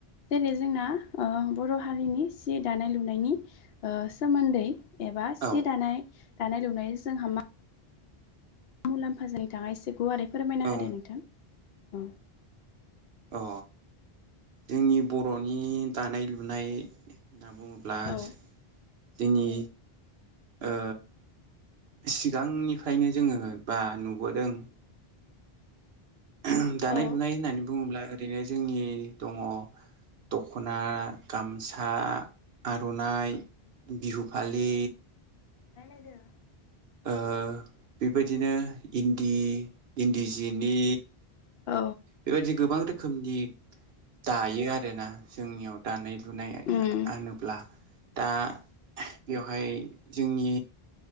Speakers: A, on the left (about 75°); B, on the right (about 80°).
A: जेरै- जोंना ओ बर' हारिनि सि दानाय लुनायनि ओ सोमोन्दै एबा
B: औ
A: सि दानाय दानाय लुनाय जोंहा मा मुलाम्फा जायो नोंथाङा एसे गुवारै फोरमायना
B: औ
A: होदो नोंथां औ
B: अ जोंनि बर'नि दानाय लुनाय होनना बुङो ब्लास
A: औ
B: जोंनि ओ सिगांनिफ्रायनो जोङो बा नुबोदों <unintelligible> दानाय
A: औ
B: लुनाय होननानै बुङोब्ला ओरैनो जोंनि दङ दख'ना गामसा आर'नाइ बिहु फालि
A: रायलायदों
B: ओ बेबायदिनो इन्दि इन्दि जिनि
A: औ
B: बेबायदि गोबां रोखोमनि दायो आरोना जोंनियाव दानाय लुनाय
A: उम
B: होनोब्ला दा बेवहाय जोंनि